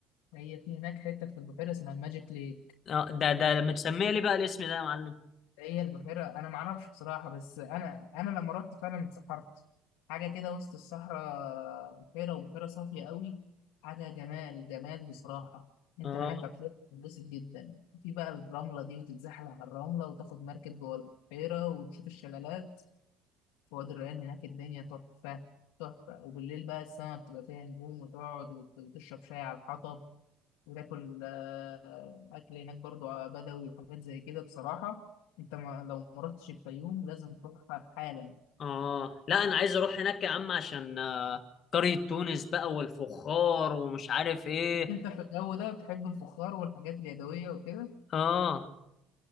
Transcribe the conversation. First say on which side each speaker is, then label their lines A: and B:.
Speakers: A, on the left; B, on the left.
A: هي في هناك حتة في البحيرة اسمها الماجيك ليك
B: آه، ده ده
A: حاجة
B: متسميه
A: بس-
B: ليه بقى الاسم ده يا معلم
A: هي البحيرة انا معرفش بصراحة بس انا انا لما رحت فعلا اتسحرت حاجة كده وسط الصحراء بحيرة وبحيرة صافية قوي حاجة جمال جمال بصراحة انت
B: اه
A: هناك هتتبسط جدا في بقى الرملة دي وتتزحلق على الرملة وتاخد مركب جوه البحيرة وتشوف الشلالات في وادي الريان هناك الدنيا تحفة تحفة وبالليل بقى السما بتبقى فيها نجوم وتقعد وت- وتشرب شاي على الحطب وتاكل آه، أكل هناك برضو بدوي وحاجات زي كده بصراحة أنت ما لو ما رحتش الفيوم لازم تروح حالا
B: اه لا انا عايز اروح هناك يا عم عشان آه، قريه تونس بقى والفخار ومش عارف ايه
A: أنت في الجو ده بتحب الفخار والحاجات اليدوية وكده
B: اه